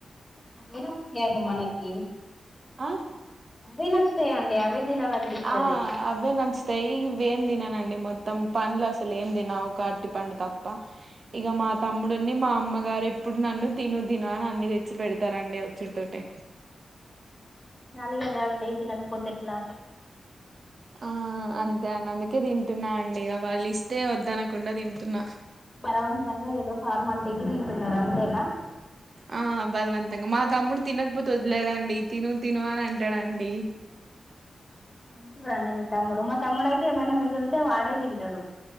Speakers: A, on the left (about 30°); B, on the right (about 60°).
A: అవే నచ్చుతాయి అండి మనకి
B: ఆహ్
A: అవే నచ్చుతాయండీ అవే తినాలనిపిస్తది
B: ఆ అవే నచ్చతాయి ఇవేం తిననండి మొత్తం పండ్లు అస్సలు ఏం తిన్ ఒక అరటిపండు తప్ప ఇక మా తమ్ముడున్నీ మా అమ్మగారు ఎప్పుడు నన్ను తిను తిను అన్ని తెచ్చి పెడతారండి వచ్చుడితోటె
A: తినాలిగదండి తినకపోతేట్లా
B: ఆ అంతే అండి అందుకే తింటున్నా అండి ఇక వాళ్ళు ఇస్తే వద్దనకుండా తింటున్నా
A: బలవంతంగా ఏదో ఫార్మాలిటీకి తింటున్నారు అంతేనా
B: ఆ బలవంతంగా మాత్ తమ్ముడు తినకపోతే వదిలేయడండి తిను తిను అని అంటాడండి
A: మంచోడండి మీ తమ్ముడు మా తమ్ముడైతే ఏమైనా మిగిలితే వాడే తింటడు